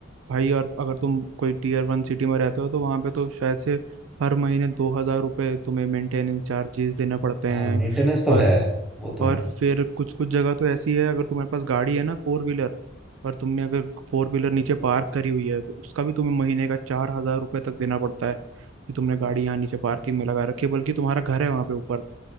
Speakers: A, on the right (about 80°); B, in the centre.
A: भाई और अगर तुम कोई टीयर वन सिटी में रहते हो तो वहां पे तो शायद से हर महीने दो हजार रुपये तुम्हें मेंटेनेंस चार्जेस देने पड़ते हैं
B: हाँ मेंटेनेंस तो
A: और
B: है वो तो
A: और
B: है
A: फिर कुछ कुछ जगह तो ऐसी है अगर तुम्हारे पास गाड़ी है ना फोर व्हीलर और तुमने अगर फोर व्हीलर नीचे पार्क करी हुई है तो उसका भी तुम्हें महीने का चार हजार रुपये तक देना पड़ता है कि तुमने गाड़ी यहाँ नीचे पार्किंग में लगा रखी है बल्कि तुम्हारा घर है वहां पे ऊपर